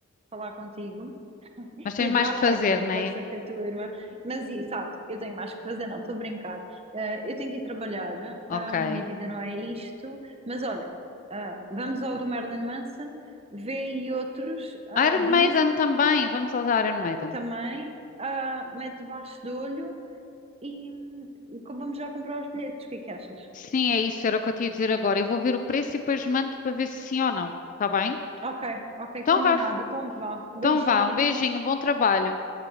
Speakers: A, on the right; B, on the left.
A: falar contigo.
B: Mas tens
A: que adorava
B: mais que
A: estar
B: fazer,
A: aqui na
B: não
A: conversa
B: é?
A: com a tua irmã, mas exato, eu tenho mais que fazer, não, estou a brincar. Eh, eu tenho que ir trabalhar,
B: Ok.
A: ah, minha vida não é isto, mas olha, ah, vamos ao do Marilyn Manson, vê aí outros, ah,
B: Iron
A: diz-me
B: Maiden também. Vamos aos Iron
A: ah,
B: Maiden.
A: também, ah, mete debaixo do olho e hum, co- vamos já comprar os bilhetes, o que é que achas?
B: Sim, é isso. Era o que eu tinha a dizer agora. Eu vou ver o preço e depois mando para ver se sim ou não. Tá bem?
A: Ok, ok,
B: Então
A: combinado,
B: vá.
A: então vá, beijinhos,
B: Então vá. Um beijinho. Bom trabalho.